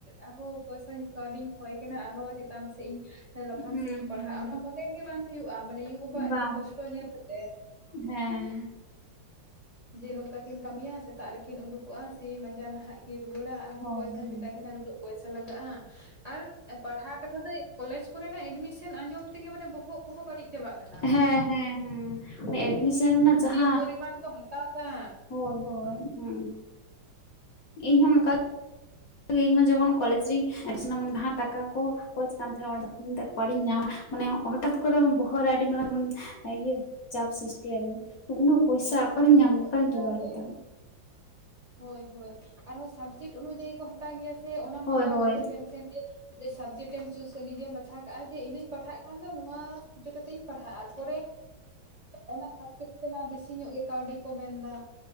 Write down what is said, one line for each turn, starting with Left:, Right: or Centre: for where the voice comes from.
Right: ᱟᱨᱦᱚᱸ ᱯᱚᱭᱥᱟᱧ ᱠᱟᱹᱣᱰᱤᱧ ᱠᱷᱚᱭ ᱠᱟᱱᱟ ᱟᱨᱦᱚᱸ ᱪᱮᱛᱟᱱ ᱥᱮᱫ ᱤᱧ ᱞᱟᱯᱷᱟᱝ
Left: ᱦᱩᱸ
Right: ᱥᱮᱫ ᱤᱧ ᱯᱟᱲᱦᱟᱜᱼᱟ ᱚᱱᱟ ᱢᱚᱱᱮ ᱜᱮ ᱵᱟᱝ ᱦᱳᱭᱳᱜ ᱢᱟᱱᱮ ᱭᱩ ᱵᱟᱵᱟ
Left: ᱦᱩᱸ ᱵᱟᱝ
Right: ᱡᱮ ᱠᱚᱥᱴᱚ ᱧᱮᱞ ᱠᱟᱛᱮ
Left: ᱦᱮᱸ
Right: ᱡᱮ ᱱᱚᱝᱠᱟ ᱠᱤᱱ ᱠᱟᱹᱢᱤᱭᱟ ᱥᱮᱛᱟᱜ ᱨᱮᱠᱤᱱ ᱩᱰᱩᱠᱚᱜᱼᱟ ᱥᱤ ᱢᱟᱸᱡᱟᱱ ᱱᱟᱦᱟᱜ ᱠᱤ ᱨᱩᱣᱟᱹᱲᱟ ᱟᱨᱦᱚᱸ
Left: ᱦᱳᱭ
Right: ᱯᱚᱭᱥᱟᱧ ᱢᱮᱛᱟᱭ ᱠᱤᱱᱟ ᱱᱩᱱᱟᱹᱜ ᱯᱚᱭᱥᱟ ᱞᱟᱜᱟᱜᱼᱟ ᱟᱨ ᱯᱟᱲᱦᱟᱣ ᱠᱟᱛᱷᱟ ᱫᱚ ᱠᱚᱞᱮᱡᱽ ᱠᱚᱨᱮᱱᱟᱜ ᱮᱰᱢᱤᱥᱚᱱ ᱟᱸᱡᱚᱢ ᱛᱮᱜᱮ ᱢᱟᱱᱮ ᱵᱚᱦᱚᱜ ᱠᱚᱦᱚᱸ ᱵᱟᱹᱲᱤᱡ ᱪᱟᱵᱟᱜ ᱠᱟᱱᱟ
Left: ᱦᱮᱸ ᱦᱮᱸ ᱦᱮᱸ ᱢᱟᱱᱮ ᱮᱰᱢᱤᱥᱚᱱ ᱨᱮᱱᱟᱜ ᱡᱟᱦᱟᱸ
Right: ᱡᱮ ᱯᱚᱨᱤᱢᱟᱱ ᱠᱚ ᱦᱟᱛᱟᱣ ᱫᱟ
Left: ᱦᱳᱭ ᱦᱳᱭ ᱦᱮ ᱤᱧ ᱦᱚᱸ ᱚᱝᱠᱟ ᱤᱧ ᱡᱚᱠᱷᱚᱱ ᱠᱚᱞᱮᱡ ᱨᱤᱧ <unintelligible> ᱴᱟᱠᱟ ᱠᱚ ᱠᱷᱚᱡ ᱠᱟᱱ ᱛᱟᱦᱮᱸᱱᱟ ᱛᱚᱷᱚᱱ ᱫᱚ ᱚᱠᱟᱨᱮ ᱧᱟᱢᱟ ᱢᱟᱱᱮ ᱦᱚᱴᱟᱛ ᱠᱚᱨᱮ ᱵᱚᱦᱚᱜ ᱨᱮ ᱟᱹᱰᱤ ᱢᱟᱨᱟᱝ ᱡᱮᱢᱚᱱ ᱤᱭᱟᱹ ᱪᱟᱯ ᱥᱤᱥᱴᱤᱢ ᱩᱱᱟᱹᱜ ᱯᱚᱭᱥᱟ ᱚᱠᱟᱨᱤᱧ ᱧᱟᱢ ᱚᱠᱟᱨᱤᱧ
Right: ᱚᱱᱠᱟ
Left: ᱡᱚᱜᱟᱭ
Right: ᱜᱮ
Left: ᱜᱟᱫᱟ
Right: ᱦᱳᱭ ᱦᱳᱭ ᱟᱨᱦᱚᱸ ᱥᱟᱵᱡᱮᱠᱴ ᱚᱱᱩᱡᱟᱭᱤ ᱠᱚ ᱦᱟᱛᱟᱣ ᱜᱮᱭᱟ ᱥᱮ ᱚᱱᱟ ᱦᱚᱸ
Left: ᱦᱳᱭ
Right: ᱟᱵᱟᱨ
Left: ᱦᱳᱭ
Right: ᱢᱤᱫᱴᱮᱱ ᱴᱮᱱ ᱥᱮ ᱥᱟᱵᱡᱮᱠᱴᱮ ᱮᱢ ᱪᱩᱡ ᱥᱮ ᱱᱤᱡᱮᱢ ᱵᱟᱪᱷᱟᱣ ᱠᱟᱜᱼᱟ ᱡᱮ ᱤᱧ ᱫᱚᱧ ᱯᱟᱲᱦᱟᱜ ᱠᱷᱟᱱ ᱫᱚ ᱱᱚᱣᱟ ᱪᱮᱠᱟ ᱛᱤᱧ ᱯᱟᱲᱦᱟᱜᱼᱟ ᱛᱟᱨᱯᱚᱨᱮ ᱚᱱᱟ ᱠᱷᱟᱹᱛᱤᱨ ᱛᱮᱢᱟ ᱵᱮᱥᱤ ᱧᱚᱜ ᱜᱮ ᱠᱟᱹᱣᱰᱤ ᱠᱚ ᱢᱮᱱᱫᱟ